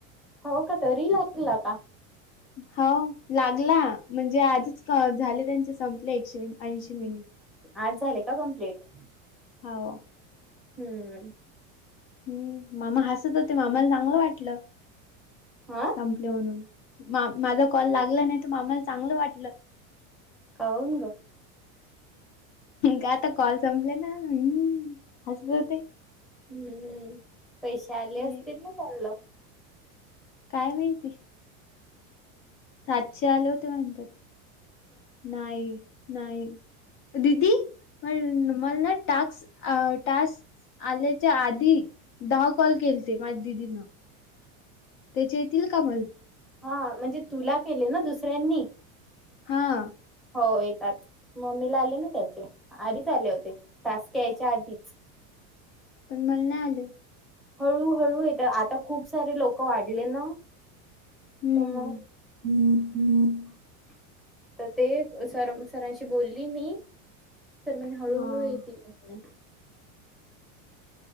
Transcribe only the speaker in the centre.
हो का तरी लागला का?
आज झाले का कंप्लीट?
हुं.
आं.
काऊन गं?
हुं. पैसे आले
असतील ना त्यानंला?
हा म्हणजे तुला केले ना दुसऱ्यांनी?
हो येतात. मम्मीला आले ना त्याचे, आधीच आले होते. टास्क यायच्या आधीच.
हळूहळू येत. आता खूप सारे लोक वाढले न.
तम मग हम् ते सर सरांशी बोलली मी. सर म्हणे हळूहळू
येतील.